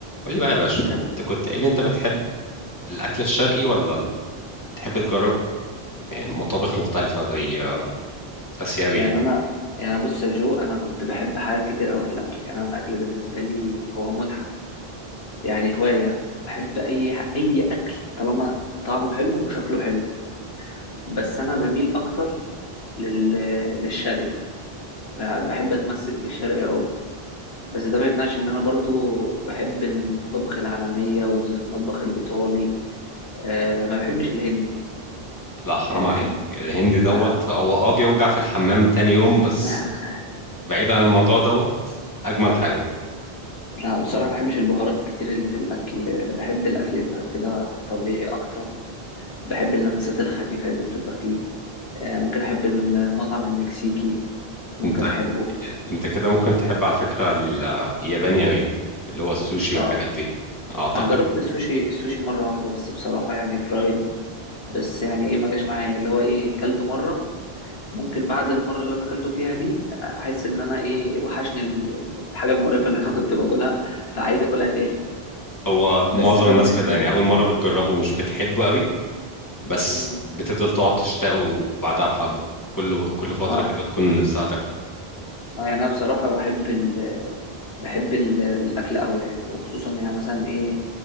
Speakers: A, on the left; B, on the left.
A: قول لي بقى يا باشا
B: حب-
A: انت كنت قايل لي انت بتحب الاكل الشرقي ولا ال- تحب تجرب يعني مطابخ مختلفه زي اسيوي
B: يعني انا يعني بص يا جو انا كنت بحب حاجات كتير قوي في الاكل يعني انا الاكل بالنسبه لي هو متعه يعني هوايه بحب اي ح- اي اكل طالما طعمه حلو وشكله حلو بس انا بميل اكتر لل... للشرقي ب- بحب اتمسك بالشرقي قوي بس ده ما يمنعش ان انا برضو بحب المطابخ العالميه وبالذات المطبخ الايطالي أه ما بحبش الهندي
A: لا حرام
B: أه بحب
A: عليك الهندي دوت
B: لا
A: هو اه بيوجع في الحمام تاني يوم بس
B: <laughs>
A: بعيد عن الموضوع دوت اجمل حاجه
B: لا بصراحة
A: هو
B: ما بحبش البهارات كتير اللي في الأكل بحب الأكل يبقى كده طبيعي أكتر بحب اللمسات الخفيفة اللي بتبقى فيه آه، ممكن أحب المطعم المكسيكي ممكن
A: انت
B: أحبه
A: انت كده ممكن تحب على فكره ال- الياباني قوي اللي هو السوشي والحاجات
B: آه،
A: دي اعتقد
B: أنا جربت السوشي السوشي مرة واحدة بس بصراحة يعني فرايد بس يعني إيه ما جاش معايا اللي هو إيه كلته مرة ممكن بعد المرة اللي أنا كلته فيها دي أحس إن أنا إيه وحشني ال- ال- الحاجة المقرفة اللي أنا <laughs> كنت باكلها فعايز أكلها تاني
A: هو معظم
B: بس ده
A: الناس
B: بالنسبة
A: كده يعني
B: لي
A: اول مره بتجربه مش بتحبه قوي بس
B: مم.
A: بتفضل تقعد تشتاقه بعدها بحبه كل كل فتره
B: اه
A: كده تكون نفسها
B: اه يعني انا بصراحه بحب ال بحب ال- الاكل قوي يعني وخصوصا يعني مثلا ايه